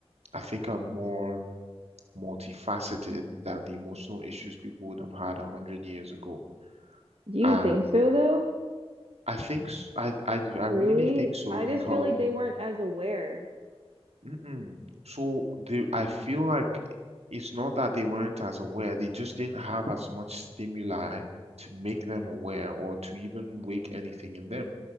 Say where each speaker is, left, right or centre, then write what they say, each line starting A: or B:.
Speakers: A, on the right; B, on the right.
A: I think, are more multifaceted than the emotional issues people would have had a hundred years ago.
B: Do you
A: And
B: think so though?
A: I think s- I I, I
B: Truly,
A: really think so
B: I
A: because
B: just feel like they weren't as aware.
A: mm-mm. So the I feel like it's not that they weren't as aware, they just didn't have as much stimuli to make them aware or to even wake anything in them.